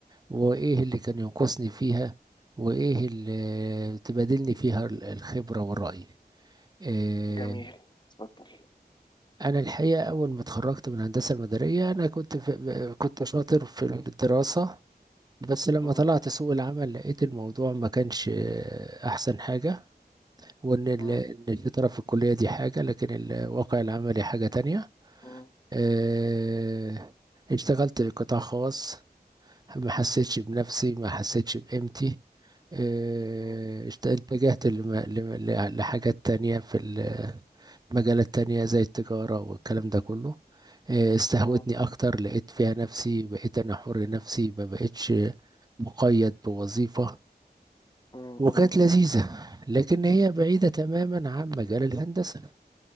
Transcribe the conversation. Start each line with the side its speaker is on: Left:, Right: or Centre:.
Right: وايه اللي كان ينقصني فيها وايه اللي تبادلني فيها الخبرة والرأي آه،
Left: جميل اتفضل
Right: انا الحقيقه اول ما اتخرجت من الهندسه المدنيه انا كنت في كنت شاطر في الدراسه بس لما
Left: مم،
Right: طلعت سوق العمل لقيت الموضوع ما كانش احسن حاجه وان ال-
Left: مم،
Right: إن الشطاره في الكليه دي حاجه لكن الواقع العملي حاجه تانية
Left: مم،
Right: آه، اشتغلت قطاع خاص ما حسيتش بنفسي ما حسيتش بقيمتي آه،
Left: مم،
Right: اشت- اتجهت لم- لم- ل- لحاجات تانية في ال- مجالات تانية زي التجارة والكلام ده كله آه، استهوتني
Left: مم،
Right: أكتر لقيت فيها نفسي بقيت أنا حر نفسي ما بقتش مقيد بوظيفة
Left: مم،
Right: وكانت
Left: مم.
Right: لذيذة لكن هي بعيدة تماما عن مجال الهندسة